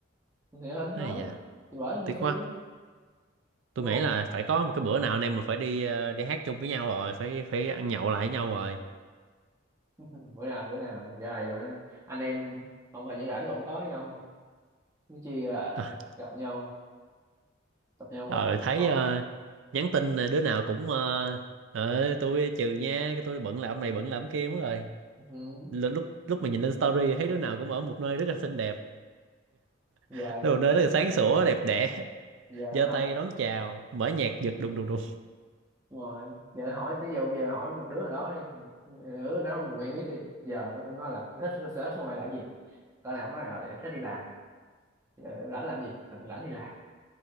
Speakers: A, on the right (about 15°); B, on the right (about 75°).
A: thì hên
B: Ây
A: đó
B: da,
A: thì bởi hên
B: tiếc
A: xui
B: quá. Tôi
A: đúng không
B: nghĩ là phải có một cái bữa nào anh em mình phải đi ờ, đi hát chung với nhau rồi, phải phải ăn nhậu lại với nhau rồi.
A: <laughs> bữa nào bữa nào giờ này mà anh em không phải diễn rảnh cũng có với nhau chứ chi là
B: À,
A: gặp nhau gặp nhau
B: ờ
A: còn không
B: thấy
A: có
B: ờ, nhắn tin ờ, đứa nào cũng ờ, ờ, tôi trừ nha, cái tôi bận làm này bận làm kia mất rồi.
A: ừ.
B: L- lúc lúc mà nhìn lên story thấy đứa nào cũng ở một nơi rất là xinh đẹp,
A: giờ
B: <laughs> đồ nơi rất là sáng sủa đẹp đẽ, <laughs>
A: giờ
B: giơ
A: thôi
B: tay đón chào, mở nhạc giật đùng đùng đùng.
A: Đúng rồi giờ hỏi tới giờ bây giờ hỏi một đứa nào đó đi ừ, nó quen biết đi giờ nó cũng nói là thích sở thích của mày là cái gì con nào cũng nói là thích đi làm Ờ, rảnh làm gì Ờ, rảnh đi làm